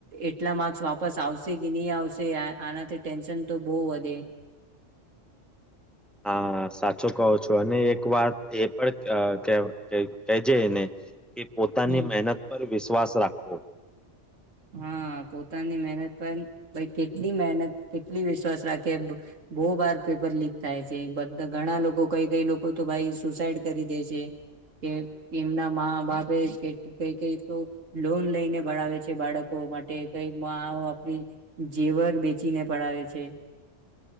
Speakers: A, on the right; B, in the centre.
A: એટલા માર્કસ વાપસ આવશે કે ની આવશે તે આ આનાથી ટેન્શન તો બો વધે
B: હા સાચો કહો છો અને એક વાત એ પણ અ કે કે જે એને કે પોતાની
A: હમ
B: મહેનત પર વિશ્વાસ રાખવો
A: હા પોતાની મહેનત પણ ભાઈ કેટલી મહેનત કેટલી વિશ્વાસ રાખે બો વાર પેપર લીક થાય છે બધા ઘણા લોકો કઈ કઈ લોકો તો ભાઈ સુસાઈડ કરી દે છે કે એમના મા બાપે કઈ કઈ તો લોન લઈને ભણાવે બાળકો માટે કઈ આ આપણી જેવર બેચીને પડાવે છે.